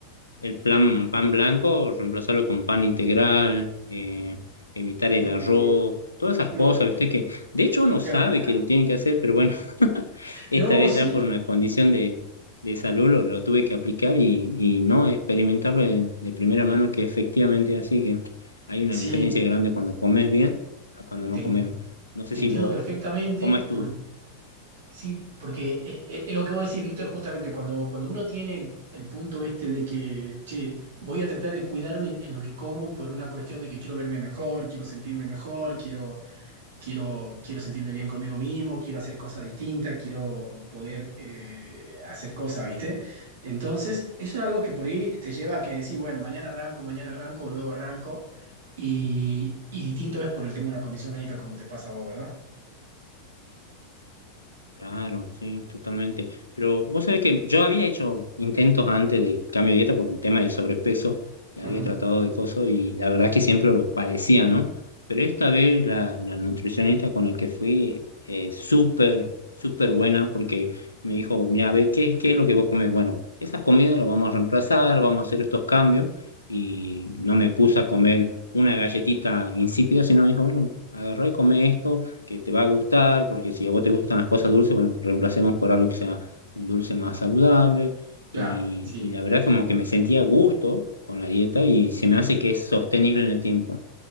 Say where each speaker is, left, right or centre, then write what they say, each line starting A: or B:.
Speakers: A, on the left (about 80°); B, on the right (about 60°).
A: el plan, pan blanco, reemplazarlo con pan integral, eh, evitar
B: no,
A: el arroz, todas esas
B: no.
A: cosas, ¿viste? Que de hecho uno
B: Claro.
A: sabe que lo tiene que hacer, pero bueno, <laughs> esta
B: No,
A: vez
B: sí,
A: ya por una condición de, de salud lo, lo tuve que aplicar y, y no experimentarlo de, de primera mano, que efectivamente es así, que hay una
B: sí,
A: diferencia grande cuando comes bien a cuando no
B: te,
A: comes. No sé
B: te
A: si
B: entiendo
A: vos,
B: perfectamente
A: ¿cómo es tu,
B: Por. Sí, porque eh, eh, es lo que vos decís, Víctor, justamente cuando, cuando uno tiene el, el punto este de que, che, voy a tratar de cuidarme en, en lo que como por una cuestión de que quiero verme mejor, quiero sentirme mejor, quiero, quiero, quiero sentirme bien conmigo mismo, quiero hacer cosas distintas, quiero poder eh, hacer cosas, ¿viste? Entonces, eso es algo que por ahí te lleva a que decís, bueno, mañana arranco, mañana arranco, o luego arranco, y, y distinto es por el tema de una condición médica como te pasa a vos, ¿verdad?
A: Claro, sí, totalmente. Pero vos sabés que yo había hecho intentos antes de cambio de dieta por el tema de sobrepeso, ya
B: Ujú.
A: había tratado de cosas y la verdad que siempre lo padecía, ¿no? Pero esta vez la, la nutricionista con la que fui, eh, súper, súper buena, porque me dijo, mira, a ver, ¿qué, qué es lo que vos comés? Bueno, esas comidas las vamos a reemplazar, vamos a hacer estos cambios y no me puse a comer una galletita insípida, sino me dijo, bueno, agarrá y come esto que te va a gustar, porque si a vos te gustan las cosas dulces, bueno, reemplacemos por algo que sea un dulce más saludable.
B: Claro,
A: Y,
B: sí,
A: y la verdad
B: entiendo.
A: como que me sentía a gusto con la dieta y se me hace que es sostenible en el tiempo.